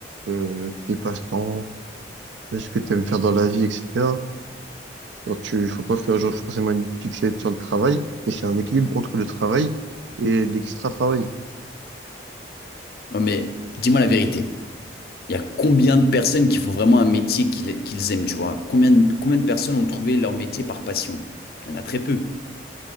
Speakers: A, on the right (about 75°); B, on the left (about 55°).
A: euh, tes passe-temps, euh, ce que tu aimes faire dans la vie, etc. Donc, tu, faut pas faire genre forcément une fixette sur le travail, mais c'est un équilibre entre le travail et l'extra-travail.
B: Non, mais dis-moi la vérité. Il y a combien de personnes qui font vraiment un métier qu'ils qu'ils aiment, tu vois? Combien, de- combien de personnes ont trouvé leur métier par passion? Il y en a très peu.